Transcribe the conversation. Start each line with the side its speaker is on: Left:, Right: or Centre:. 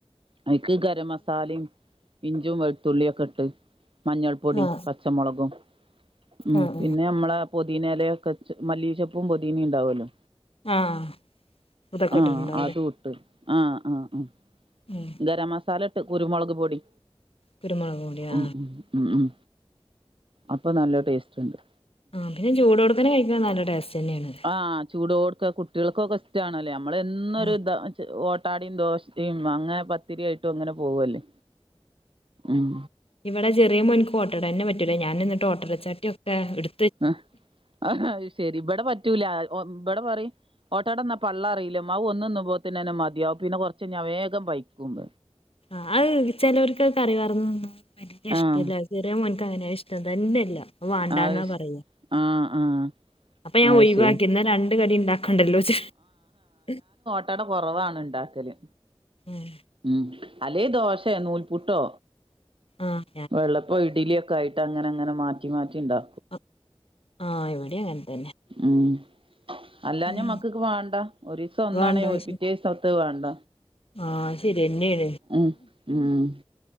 Right: അതിക്ക് ഗര മസാലയും. ഇഞ്ചും വെളുത്തുള്ളിയും ഒക്കെ ഇട്ട് മഞ്ഞൾപ്പൊടി
Left: ആഹ്
Right: പച്ചമുളകും ഉം
Left: ആഹ്
Right: പിന്നെ നമ്മള പൊതീനലക്കെ മല്ലീ ചപ്പും പൊതീനിം ഉണ്ടാവല്ലോ?
Left: ആഹ് <unintelligible> തക്കട്ട്
Right: ആഹ്
Left: ട്ട്ണ്ടാവു
Right: അതും
Left: ലെ.
Right: ഇട്ട് ആഹ് ആഹ് ആഹ്.
Left: ഉം.
Right: ഗരമസാലട്ട് കുരുമൊളക് പൊടി
Left: കുരുമുളക് പൊടി
Right: ഉ
Left: ആഹ്
Right: ഉം ഉം. അപ്പ നല്ല ടേസ്റ്റ്ണ്ട്.
Left: ആഹ് പിന്നെ ചൂടോട്ക്കനെ കഴിക്ക നല്ല ടേസ്റ്റെന്നേണ്.
Right: ആഹ് ചൂടോട്ക്ക കുട്ട്യൾക്കൊക്കെ ഇഷ്ടാണ്ലേ നമ്മളെന്നൊര്
Left: ആഹ്
Right: താ ച് ഓ ട്ടാടിം ദോശ് ഇം അങ്ങനെ പത്തിരി ആയിട്ടു അങ്ങനെ പോവല്ലേ ഉം.
Left: ഇവടെ ചെറ്യേ മോൻക്ക് ഓട്ടടന്നെ പറ്റൂല ഞാന് ന്നട്ട് ഓട്ടടച്ചട്ട്യൊക്കെ ഇട്
Right: അ അ അവ് ശരി ബട പറ്റൂല ഒ ബടെ പറിം. ഓട്ടാടന്നാ പള്ള അറില്ലമ്മ അവ് ഒന്ന്ന്നുമ്പോത്തിനന്നെ മത്യാവു പിന്നെ കൊർച്ച് ഞാ വേഗം പൈക്കുമ്പ
Left: ആഹ് അവ് പെലോൽക്കവ് കറി പാർന്ന്ന്ന വല്ല്യ ഇഷ്ടല്ലവ്.
Right: ആഹ്
Left: ചെറ്യേ മോൻക്കങ്ങനെ ഇഷ്ടം തന്നെല്ല ഓ വാണ്ടാന്നാ
Right: അത് ശെ
Left: പറയ.
Right: ആഹ് ആഹ്
Left: അപ്പ ഞാ
Right: അത്
Left: ഒയ്
Right: ശെരി
Left: വാക്കി ന്ന രണ്ട് കടി ണ്ടാക്കണ്ടല്ലോച്ച ഉം.
Right: ട്ടട കൊറവാണ് ണ്ടാക്കല്
Left: ഉം.
Right: ഉം അല്ലെ ദോശേ നൂൽപുട്ടോ.
Left: ആഹ്.
Right: വെള്ളപ്പ ഇഡ്ല്യൊക്കായ്ട്ടങ്ങനെ ങ്ങനെ മാറ്റി മാറ്റിണ്ടാ
Left: അ ആഹ് എവിട്യൂ അങ്ങൻ തന്നെ.
Right: ഉം അല്ലാഞാ
Left: ഉം.
Right: മക്കക്ക് വാണ്ട ഒരിസം ഒന്നാണേ
Left: വേണ്ട
Right: ഒ
Left: ശ-
Right: പിറ്റേസം. ത്ത് വാണ്ട
Left: ആ ശരിയെന്നേണ്
Right: അ് ഉം.